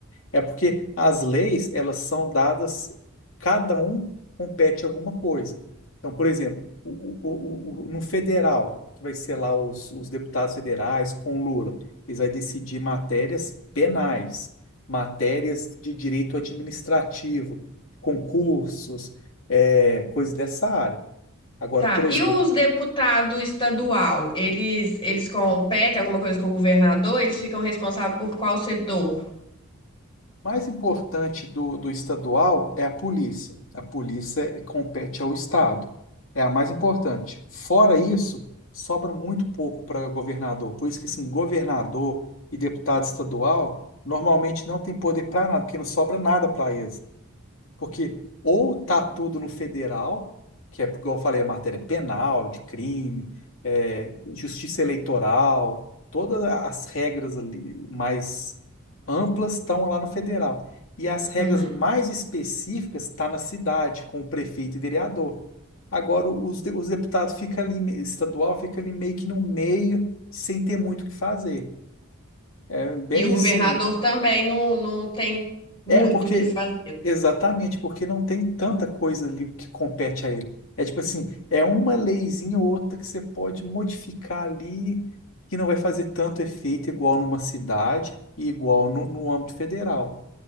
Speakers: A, on the left; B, on the left.
A: É porque as leis, elas são dadas, cada um compete alguma coisa. Então, por exemplo, o- o- o- o- no federal, que vai ser lá os, os deputados federais com o Lula, eles vão decidir matérias penais, matérias de direito administrativo, concursos, é, coisas dessa área. Agora,
B: tá.
A: por exemplo,
B: E os deputados estadual, eles eles competem alguma coisa com o governador? Eles ficam responsáveis por qual setor?
A: mais importante do, do estadual é a polícia. A polícia compete ao estado. É a mais importante. Fora isso, sobra muito pouco para governador. Por isso que, assim, governador e deputado estadual normalmente não tem poder para nada, porque não sobra nada para eles. Porque ou tá tudo no federal, que é, como eu falei, a matéria penal, de crime, é, justiça eleitoral, todas as regras ali mais amplas estão lá no federal. E as regras
B: Uhum.
A: mais específicas estão na cidade, com o prefeito e vereador. Agora, os, de- os deputados fica ali, me- estadual fica ali meio que no meio, sem ter muito o que fazer. É bem
B: E o governador
A: assim,
B: também não, não tem muito
A: é porque,
B: o que fazer.
A: exatamente, porque não tem tanta coisa ali que compete a ele. É tipo assim, é uma leizinha ou outra que você pode modificar ali, que não vai fazer tanto efeito igual numa cidade e igual no, no âmbito federal.